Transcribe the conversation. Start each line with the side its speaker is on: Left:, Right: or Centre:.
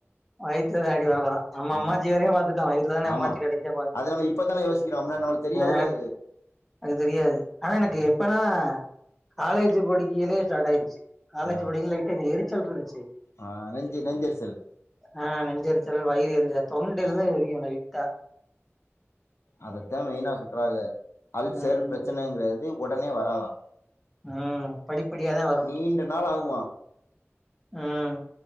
Centre: வயி த்துல அடி வாங்கறோ நம்ம
Left: ஆ
Centre: அம்மாச்சி வரையு பாத்துட்டோ வயித்துலதானே அம்மாச்சி
Left: ஆமா
Centre: கடைசியா பாதிச்சுச்சு
Left: அது நம்ம இப்பதான யோசிக்கிறோ முன்னாடி நம்மளுக்கு தெரியாதுல்ல
Centre: ஆ
Left: அது
Centre: அது தெரியாது ஆனா எனக்கு எப்பனா காலேஜு படிக்கயிலே டடாய்டுச்சி காலேஜ்
Left: ஆ
Centre: படிக்க லைட்ட இந்த எரிச்சல் இருந்துச்சு
Left: ஆ நெஞ்சு நெஞ்செரிச்சல்
Centre: ஆ நெஞ்செரிச்சல் வயிறு எரித தொண்டைலா
Left: ஆ
Centre: தா எரியு லைட்டா
Left: அத த மெயின்னா சொல்றாக அல்சர்
Centre: ம்
Left: பிரச்சனங்றாறு எ உடனே வரதா
Centre: ம் படிப்படியா த வரும்
Left: நீண்ட நாள் ஆகுமா
Centre: ம்